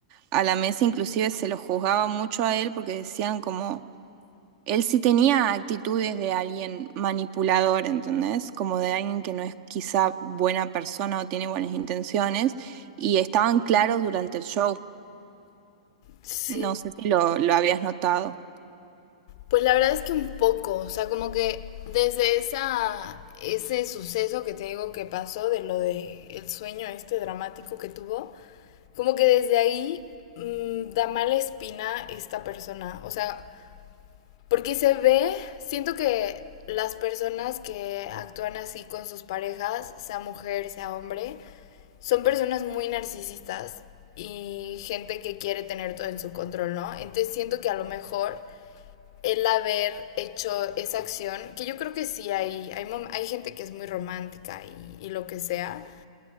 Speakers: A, on the right (about 40°); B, on the left (about 50°).
A: a la mesa, inclusive se lo juzgaba mucho a él porque decían como él sí tenía actitudes de alguien manipulador, ¿entendés? Como de alguien que no es quizá buena persona o tiene buenas intenciones, y estaban claros durante el show.
B: Sí.
A: No sé si lo, lo habías notado.
B: Pues la verdad es que un poco, o sea, como que desde esa, ese suceso que te digo que pasó, de lo de el sueño este dramático que tuvo, como que desde ahí mm, da mala espina esta persona. O sea, Porque se ve, siento que las personas que actúan así con sus parejas, sea mujer, sea hombre, son personas muy narcisistas y gente que quiere tener todo en su control, ¿no? Entonces siento que a lo mejor el haber hecho esa acción, que yo creo que sí hay, hay, hay gente que es muy romántica y, y lo que sea,